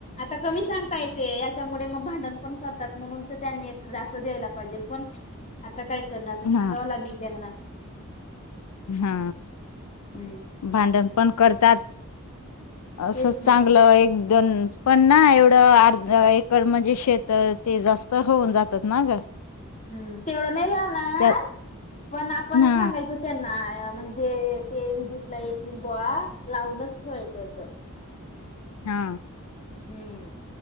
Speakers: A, on the left; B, on the left.
A: ता कमी सांगता येते याच्यामुळे मग भांडण पण करतात म्हणून तर त्यांनी एखादा असं द्यायला पाहिजे पण आता काय करणार तर सांगाव
B: हा
A: लागेल त्यांना,
B: हा
A: हम्म,
B: भांडण पण करतात अस
A: तेच
B: चांगलं
A: ना
B: एक दोन, पण ना एवढं अर्ध एकर म्हणजे शेत ते जास्त होऊन जातात ना ग
A: हम् तेवढं नाही लावणार
B: त्यात
A: पण आपण
B: हा
A: सांगायच त्यांना म्हणजे ते विजेतला येतील बवा लावूनच ठेवायचं असं.
B: हा
A: हम्म